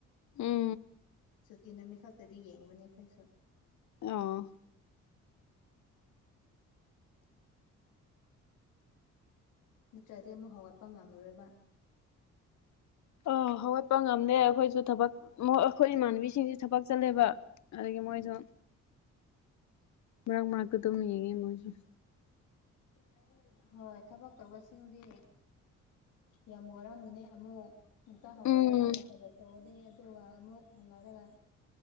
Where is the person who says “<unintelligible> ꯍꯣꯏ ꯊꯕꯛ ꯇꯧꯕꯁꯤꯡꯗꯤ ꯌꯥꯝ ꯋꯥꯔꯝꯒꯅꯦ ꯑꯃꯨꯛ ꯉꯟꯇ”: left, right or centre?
Left